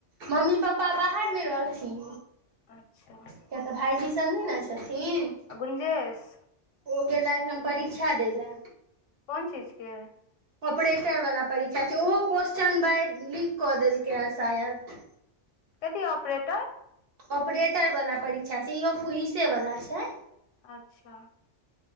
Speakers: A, on the right; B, on the left.
A: मम्मी पापा बाहरमे रहथिन
B: अच्छा
A: किए तऽ भाइजी सब नहि नऽ छथिन।
B: अऽ गुनजेस
A: ओ गेलैथ हयऽ परीक्षा दै लए।
B: कोन चीजके?
A: ऑपरेटर वला परीक्षा छै ओहो क्वेशचन ब लीक कऽ देलकै हन शायद
B: कथी ऑपरेटर?
A: ऑपरेटर वाला परीक्षा छै इहो पुलिसे वला छै।
B: अच्छा